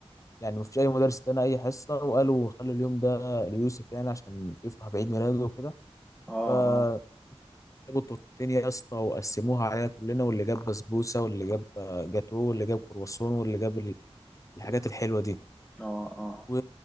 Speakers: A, on the left; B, in the centre.
A: يعني مفيش اي مدرس ادانا اي حصه وقالوا خلوا اليوم ده ليوسف يعني عشان يفرح بعيد ميلاده وكده
B: اه
A: فجابوا
B: اه
A: التورتين يا اسطى وقسموها علينا كلنا واللي جاب بسبوسه واللي جاب آه، جاتوه واللي جاب كرواسون واللي جاب ال- الحاجات الحلوه دي
B: اه اه
A: و